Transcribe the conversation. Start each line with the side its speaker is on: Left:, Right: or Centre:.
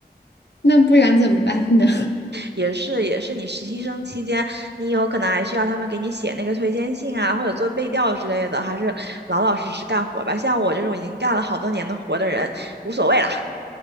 Left: 那不然怎么办呢？
Right: 也是也是你实习生期间，你以后可能还需要他们给你写那个推荐信啊，或者做背调之类的，还是老老实实干活吧。像我这种已经干了好多年的活的人，无所谓啦。